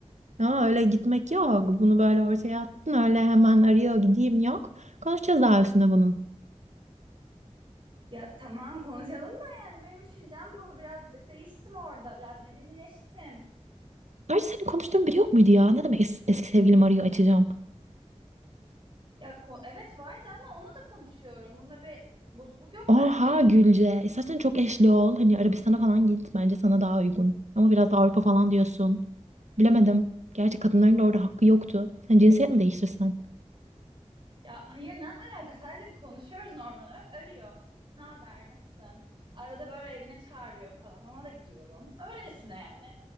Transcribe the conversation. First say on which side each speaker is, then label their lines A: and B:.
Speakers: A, on the right; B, on the right.
A: Aa, öyle gitmek yok. Bunu böyle ortaya attın öyle hemen arıyor gideyim yok. Konuşacağız daha üstüne bunun.
B: Ya tamam konuşalım da yani benim düşüncem bu. Birazcık değiştim orada. Biraz medenileştim.
A: Ayrıca senin konuştuğun biri yok muydu ya? Ne demek es- eski sevgilim arıyor açacağım.
B: Ya ko- evet vardı ama onunla da konuşuyorum. Bunda bir bozukluk yok
A: Oha
B: bence.
A: Gülce. İstersen çok eşli ol. Hani Arabistan'a falan git. Bence sana daha uygun. Ama biraz da Avrupa falan diyorsun. Bilemedim. Gerçi kadınların da orada hakkı yoktu. Sen cinsiyet mi değiştirsen?
B: Ya hayır ne alaka? Sadece konuşuyoruz normal olarak. Arıyor. Ne haber? Nasılsın? Arada böyle evine çağırıyor falan. Ona da gidiyorum. Öylesine yani.